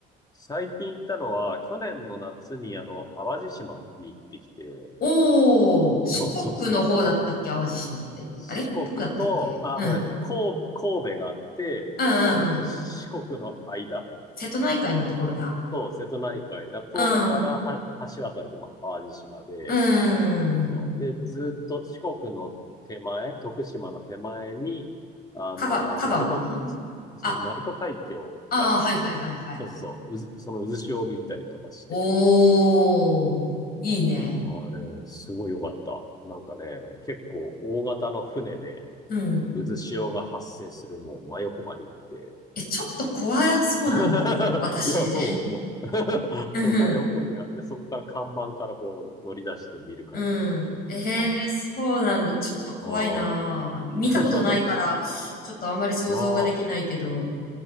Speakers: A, on the left; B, on the left.
A: 最近行ったのは、去年の夏に、あの、淡路島に行ってきて、
B: おー、
A: そうそうそう。
B: 四国の方だったっけ淡路島って。
A: 四国と、
B: あれどこだったっけうん。
A: ああのね、神、神戸があって、
B: うんうんうん。
A: 神戸と四国の間
B: 瀬戸内海のところだ。
A: と瀬戸内海、だから神戸からは橋渡ると、
B: うん。うん
A: ま、淡路島で、
B: うんうん。
A: そうそう。で、ずっと四国の手前、徳島の手前に、あの、
B: 香川、香川かな
A: 鳴門、そそう、
B: あ、
A: 鳴門海峡があって、
B: ああ、はいはいはいはい。
A: そうそうそう、うず、その渦潮を見たりとかして、
B: おー、いいね。
A: あれ、すごい良かった。なんかね、結構大型の船で、
B: うん。
A: 渦潮が発生するもう真横まで行って、
B: え、ちょっと怖そうなんだけど、
A: <laughs>
B: 私。
A: いや、そう、もう <laughs>
B: <laughs>
A: そう、真横にあ、で、そこから看板からこう乗り出して見る感じ。
B: うん。ええそうなんだ。
A: そ
B: ちょっと怖いな。
A: う。ああ。
B: 見たことないから、
A: <laughs>
B: ちょっとあんまり想像ができないけど。
A: いやー、